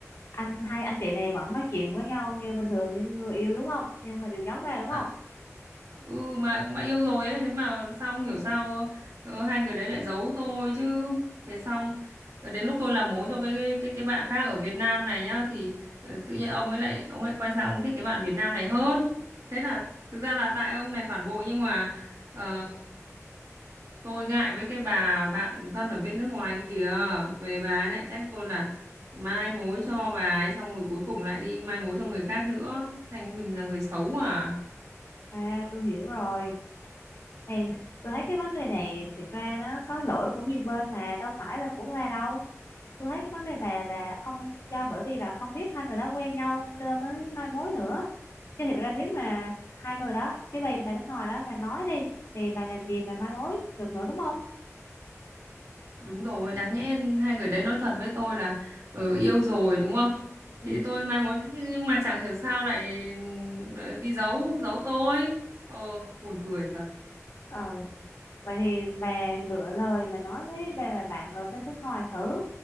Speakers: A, on the left; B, on the right.
A: anh hai anh chị này vẫn nói chuyện với nhau như bình thường như những người yêu đúng không nhưng mà đều giấu bà đúng
B: ạ.
A: không
B: ừ mà mà yêu rồi ấy thế mà sao không hiểu sao ờ, hai người đấy lại giấu tôi chứ thế xong rồi đến lúc tôi làm mối cho cái cái cái, cái bạn khác ở Việt Nam này nhá thì ờ, tự nhiên ông ấy lại ông ấy quay sang ông thích cái bạn Việt Nam này hơn thế là thực ra là tại ông này phản bội nhưng mà ờ, tôi ngại với cái bà bạn thân ở bên nước ngoài kia kìa về bà ấy lại trách tôi là mai mối cho bà ấy xong rồi cuối cùng lại đi mai mối cho người khác nữa thành mình là người xấu à
A: à tôi hiểu rồi Hey, tôi thấy cái vấn đề này thiệt ra nó có lỗi của nhiều bên mà đâu phải là của bà đâu tôi thấy cái vấn đề bà là không do bởi vì là không biết hai người đó quen nhau cho nên mới mai mối nữa chứ thiệt ra nếu mà hai người đó cái bà bà nước ngoài đó mà nói đi thì bà làm gì mà mai mối được nữa đúng không
B: Đúng rồi, đáng nhẽ hai người đấy nói thật với tôi là ừ, yêu rồi đúng không?
A: ừ.
B: Thì tôi mai mối nhưng mà chẳng hiểu sao lại ừ, đi giấu giấu tôi. Ờ buồn cười thật.
A: ờ vậy thì bà lựa lời mà nói với bà bạn ở bên nước ngoài thử